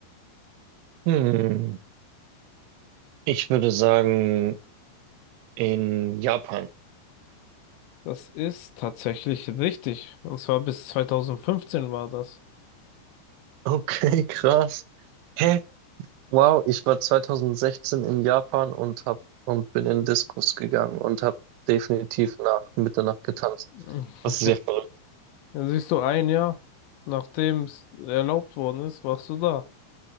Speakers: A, on the right (about 85°); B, on the left (about 80°).
A: Hm. Ich würde sagen, in Japan.
B: Das ist tatsächlich richtig. Und zwar bis 2015 war das.
A: Okay, krass. Hä? Wow, ich war 2016 in Japan und hab und bin in Discos gegangen und habe definitiv nach Mitternacht getanzt.
B: <laughs>
A: Das ist ja verrückt.
B: Mhm. Da siehst du ein Jahr, nachdem es erlaubt worden ist, warst du da.